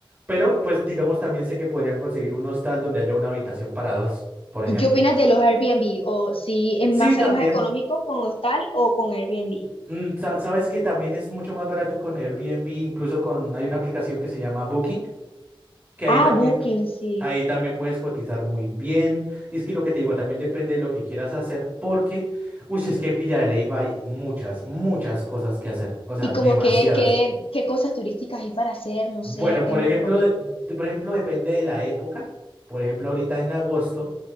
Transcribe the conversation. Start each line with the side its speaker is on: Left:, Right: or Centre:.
Right: Pero pues digamos también sé que podrían conseguir un hostal donde haya una habitación para dos, por ejemplo.
Left: ¿Y qué opinas de los Airbnb? ¿O si es más,
Right: Sí,
Left: sale
Right: también.
Left: más económico con hostal o con Airbnb?
Right: mm, sa- sabes que también es mucho más barato con Airbnb, incluso con, hay una aplicación que se llama Booking, que ahí
Left: Ah,
Right: también
Left: Booking, sí.
Right: Ahí también puedes cotizar muy bien. Y es que lo que te digo también depende de lo que quieras hacer, porque, uy, es que en Villa de Leyva hay muchas, muchas cosas que hacer. O sea,
Left: ¿Y
Right: demasiadas.
Left: como que, qué, qué cosas turísticas hay para hacer? No
Right: Bueno,
Left: sé, ¿qué
Right: por
Left: me
Right: ejemplo,
Left: recomiendas?
Right: de- de- por ejemplo, depende de la época. Por ejemplo, ahorita en agosto